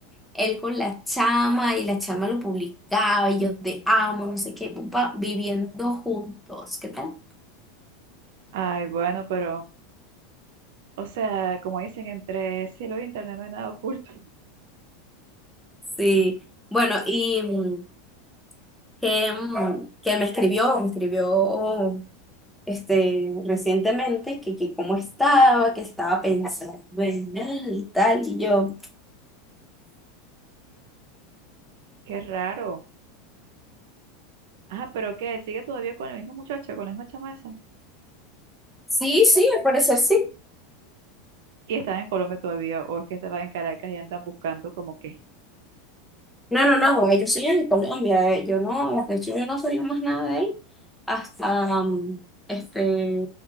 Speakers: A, in the centre; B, on the right.
A: él con la chama y la chama lo publicaba y yo te amo, no sé qué, pum, pa, viviendo juntos, ¿qué tal?
B: Ay, bueno, pero, o sea, como dicen, entre cielo y internet no hay nada oculto. <laughs>
A: Sí, bueno, y mm, que, mm, que él me escribió, me escribió este, recientemente que, que cómo estaba, que estaba pensando en él y tal, y yo,
B: Qué raro. Ah, pero qué, sigue todavía con la misma muchacha con la misma chama esa.
A: sí, sí, al parecer sí.
B: Y estaba en Colombia todavía, o es que estaba en Caracas y andan buscando como que.
A: No, no, no, ellos siguen en Colombia, eh, Yo no, de hecho yo no sabía más nada de él hasta, um, este,